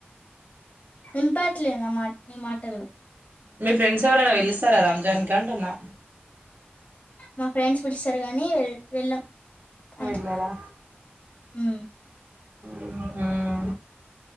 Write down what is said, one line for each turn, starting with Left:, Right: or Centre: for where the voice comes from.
Left: వినపట్లే మా మాట్ నీ మాటలు
Right: మీ ఫ్రెండ్స్ ఎవరన్నా పిలుస్తారా రంజాన్ కి అంటున్నా
Left: మా ఫ్రెండ్స్ పిలుస్తారు కానీ వెళ్ వెళ్ళం అంతే
Right: వెళ్ళారా
Left: ఉ
Right: ఊహ